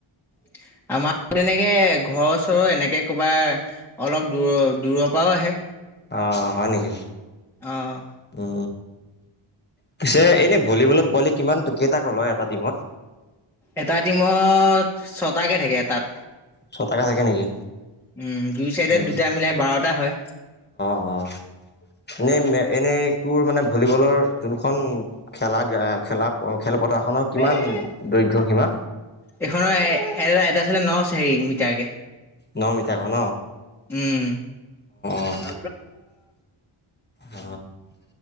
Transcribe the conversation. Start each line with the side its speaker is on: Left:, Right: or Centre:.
Centre: <inaudible> আমাৰ তেনেকে ঘৰৰ চৰৰ এনেকে কৰবা অলপ দূৰ দূৰৰ পৰাও আহে,
Left: অ হয় নেকি?
Centre: আহ
Left: উ পিছে এনে ভলীবলত পোৱালি কিমান কেইটাক লয় এটা টিমত?
Centre: এটা টিমত ছটাকে থাকে তাত
Left: ছ টাকে থাকে নেকি?
Centre: উম দুই চাইডে
Left: উম
Centre: দুটা মিলাই বাৰটা হয়।
Left: অঁ ন ম এনেই তোৰ মানে ভলীবলৰ যোনখন খেলা খেলা খেলপথাৰ, খনৰ
Centre: উম
Left: কিমান দৈৰ্ঘ্যসীমা?
Centre: এইখনৰ এ এ এটা চাইডে ন চ হেৰি, মিটাৰকে
Left: ন মিটা আক ন,
Centre: উম
Left: অ
Centre: আ
Left: অ